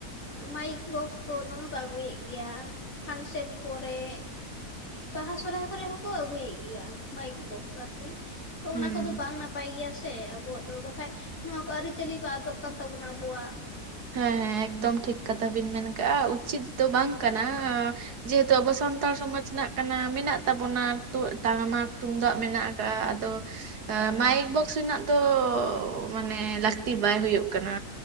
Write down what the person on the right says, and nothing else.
ᱦᱩᱸ
ᱦᱮᱸ ᱦᱮᱸ ᱮᱠᱫᱚᱢ ᱴᱷᱤᱠ ᱠᱟᱛᱷᱟ ᱵᱤᱱ ᱢᱮᱱ ᱠᱟᱜ-ᱟ ᱩᱪᱤᱛ ᱫᱚ ᱵᱟᱝ ᱠᱟᱱᱟ ᱡᱮᱦᱮᱛᱩ ᱟᱵᱚ ᱥᱟᱱᱛᱟᱲ ᱥᱚᱢᱟᱡᱽ ᱨᱮᱱᱟᱜ ᱠᱟᱱᱟ ᱢᱮᱱᱟᱜ ᱛᱟᱵᱚᱱᱟ ᱛᱚ ᱴᱟᱢᱟᱠ ᱛᱩᱢᱫᱟᱜ ᱢᱮᱱᱟᱜ ᱟᱠᱟᱫᱟ ᱦᱮᱸ ᱟᱫᱚ ᱢᱟᱭᱤᱠ ᱵᱚᱠᱥ ᱨᱮᱱᱟᱜ ᱫᱚ ᱢᱟᱱᱮ ᱞᱟᱹᱠᱛᱤ ᱵᱟᱭ ᱦᱩᱭᱩᱜ ᱠᱟᱱᱟ